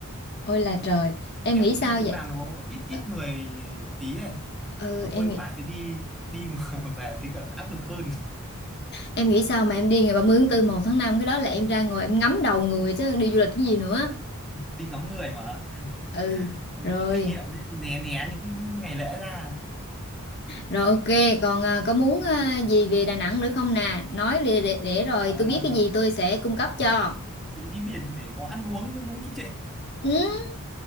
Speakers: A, on the left; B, in the centre.
A: ôi là trời em
B: em
A: nghĩ
B: muốn
A: sao
B: đi chỗ
A: vậy
B: nào nó ít ít
A: Ờ,
B: người tí ấy
A: ừ
B: nó khuây
A: em nghĩ
B: khỏa chứ đi đi mà <laughs> về thì cả áp lực hơn
A: em nghĩ sao mà em đi ngày 30 tháng 4 một tháng năm cái đó là em ra ngồi em ngắm đầu người chứ đi du lịch cái gì nữa
B: đi ngắm người mà Thế
A: ừ
B: nên
A: rồi
B: rút kinh nghiệm chứ né né những ngày lễ ra
A: Rồi ok, còn à, có muốn à, gì về Đà Nẵng nữa không nè? Nói để, để, để rồi
B: à,
A: tôi biết cái gì tôi sẽ cung cấp cho.
B: thì đi biển thì phải có ăn uống chứ đúng chứ chị
A: Ừ.